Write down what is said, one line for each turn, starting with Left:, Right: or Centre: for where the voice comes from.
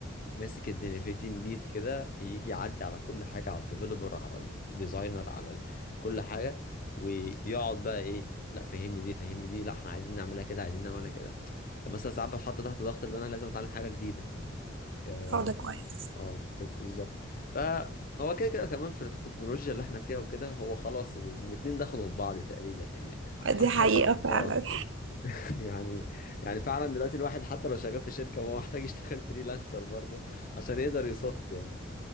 Left: ماسك الدنيا في تيم ليد كده بيجي يعدي على كل حاجة على الديفلوبر على الديزاينر على ال- كل حاجة ويقعد بقى ايه لا فهمني دي فهمني دي لا احنا عايزين نعملها كده عايزين نعملها كده فمثلا ساعات بتحط تحت ضغط ان انا لازم اتعلم حاجة جديدة اه
Right: اه ده كويس
Left: آه، بس بالظبط فهو كده كده كمان في في التكنولوجيا اللي احنا فيها وكده هو خلاص ال- الاتنين دخلوا في بعض تقريبا يعني محدش
Right: دي حقيقه
Left: صح هيقدر
Right: فعلا
Left: اه <laughs> يعني يعني فعلا دلوقتي الواحد حتى لو شغال في شركة هو محتاج يشتغل <laughs> فريلانسر برضه عشان يقدر يصد يعني